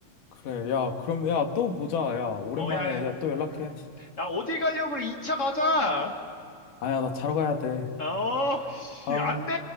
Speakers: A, on the left (about 75°); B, on the left (about 30°).
A: 그래, 야, 그럼, 야, 또 보자, 야. 오랜만에,
B: 어, 야, 야,
A: 야, 또 연락해.
B: 응. 야, 어디 가려고 그래? 2차 가자.
A: 아야, 나 자러 가야 돼.
B: 어, 씨,
A: 아,
B: 안 돼!